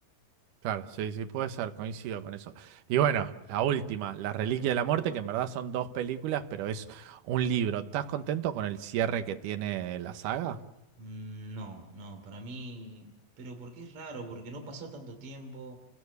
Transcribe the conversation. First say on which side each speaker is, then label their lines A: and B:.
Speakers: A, on the right; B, on the right.
A: Claro, sí, sí, puede ser, coincido con eso. Y bueno, la última, La Reliquia de la Muerte, que en verdad son dos películas, pero es un libro. ¿Estás contento con el cierre que tiene la saga?
B: Mm, No, no, para mí, pero porque es raro, porque no pasó tanto tiempo,